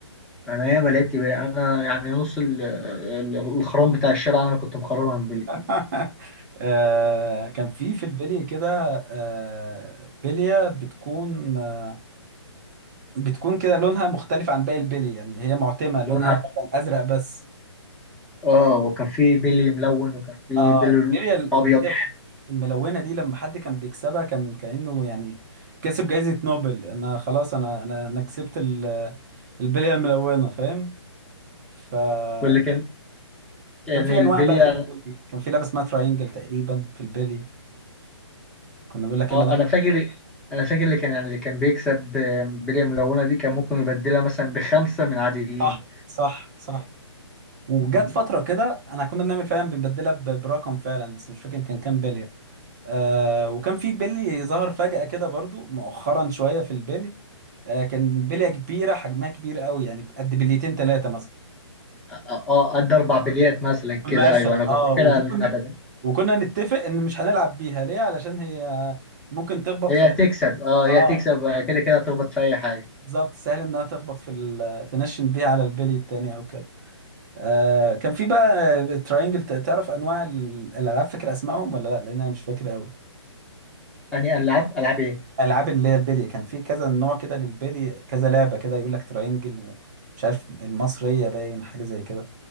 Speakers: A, in the centre; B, on the right.
A: انا ياما لعبت بيه انا يعني نص ال- ال- الخرام بتاع الشارع انا اللي كنت مخرمها من بيلي
B: <laughs> آه كان في في البلي كده آه بلية بتكون آه بتكون كده لونها مختلف عن باقي البلي يعني هي معتمة لونها
A: وأنا-
B: مثلا ازرق بس
A: اه وكان في بيلي ملون وكان في
B: اه
A: بيلي
B: البلية البلية
A: ابيض
B: الملونة دي لما حد كان بيكسبها كان كأنه يعني كسب جايزة نوبل انا خلاص انا انا انا كسبت ال- البلية الملونة فاهم فكان
A: واللي كان يعني
B: في
A: البلي
B: انواع بقى في البلي كان في لعبة اسمها تراينجل تقريبا في البلي كنا بنقول لك يلا
A: اه
B: نلعب.
A: انا فاكر انا فاكر اللي كان يعني اللي كان بيكسب آه، بلي ملونه دي كان ممكن يبدلها مثلا بخمسه من عاديين
B: صح صح صح وجت
A: مم.
B: فترة كده انا كنا بنعمل فعلا بنبدلها ب- برقم فعلا بس مش فاكر كان كام بلية آه وكان في بلي ظهر فجأة كده برضو مؤخرا شوية في البلي آه كان بلية كبيرة حجمها كبير قوي يعني قد بليتين ثلاثة مثلا
A: اه آه، قد اربع بليات مثلا كده
B: مثلا
A: ايوه انا كنت
B: اه
A: فاكرها
B: ودي
A: اللعبه
B: كن...
A: دي
B: وكنا نتفق ان مش هنلعب بيها ليه علشان هي ممكن تخبط
A: هي
B: في إيه؟
A: تكسب اه هي
B: اه
A: تكسب آه، كده كده تخبط في اي حاجه
B: بالظبط سهل انها تخبط في ال... تنشن بيها على البلي التاني او كده آه كان في بقى تراينجل تعرف انواع ال- الالعاب فاكر اسمائهم ولا لا لان انا مش فاكر قوي
A: اني العب العب ايه
B: العاب اللي هي البلي كان في كذا نوع كده للبلي كذا لعبه كده يقول لك تراينجل ومش عارف المصريه باين حاجه زي كده